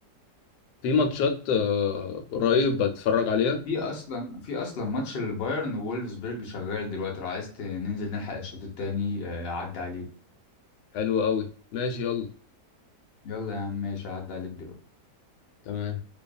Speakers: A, on the left; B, on the left.
A: في ماتشات آه، قريب بتفرج عليها
B: في أصلا في أصلا ماتش البايرن وولفسبرج شغال دلوقتي لو عايز ت- ننزل نلحق الشوط التاني آه، أعدي عليك
A: حلو قوي ماشي يلا
B: يلا يا عم ماشي أعدي عليك دلوقتي
A: تمام